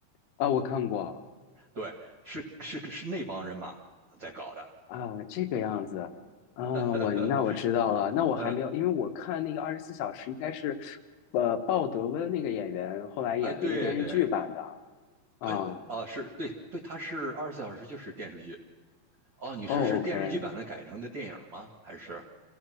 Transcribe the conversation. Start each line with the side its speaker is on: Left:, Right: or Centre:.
Left: 啊，我看过
Right: 对，是是是那帮人马在搞的，
Left: 啊，这个样子。啊，我那我知道了，
Right: 呃
Left: 那我还没有，
Right: 呃，
Left: 因为我看那个《二十四小时》应该是，呃，鲍德温那个演员后来演了一个电视剧版的
Right: 哎，对对，
Left: 啊。
Right: 哎啊，是对对，它是《二十四小时》就是电视剧哦，你是是电视剧版的改成的电影吗？
Left: 哦，OK，
Right: 还是